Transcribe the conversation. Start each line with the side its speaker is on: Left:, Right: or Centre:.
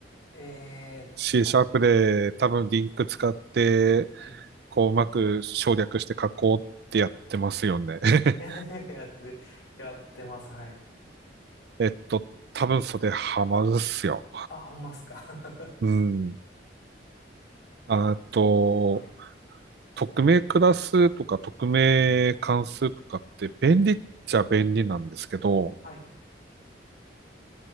Left: えー、使え、
Right: C シャープで多分リンク使って、
Left: はい。
Right: こう、うまく省略して書こうってやってますよね。<laughs>
Left: <laughs> やって、やってます、はい。
Right: えっと、多分それハマるっすよ。
Left: あ、ほんますか。<laughs>
Right: うん。あと、
Left: はい。
Right: 匿名クラスとか匿名関数とかって便利っちゃ便利なんですけど、
Left: はい。